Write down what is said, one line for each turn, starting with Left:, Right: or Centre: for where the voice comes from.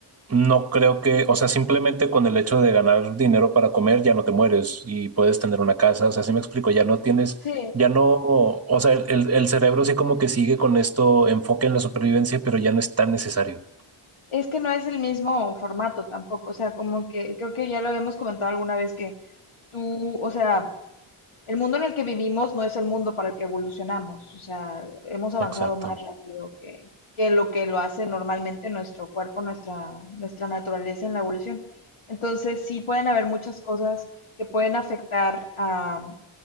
Right: No creo que, o sea, simplemente con el hecho de ganar dinero para comer ya no te mueres y puedes tener una casa, o sea, sí me explico, ya no tienes,
Left: Sí,
Right: ya no, o sea, el, el- el cerebro sí como que sigue con esto enfoque en la supervivencia, pero ya no es tan necesario.
Left: es que no es el mismo formato tampoco, o sea, como que creo que ya lo habíamos comentado alguna vez que tú, o sea, El mundo en el que vivimos no es el mundo para el que evolucionamos, o sea, hemos avanzado
Right: Exacto.
Left: más rápido que, que lo que lo hace normalmente nuestro cuerpo, nuestra, nuestra naturaleza en la evolución. Entonces, sí pueden haber muchas cosas que pueden afectar a,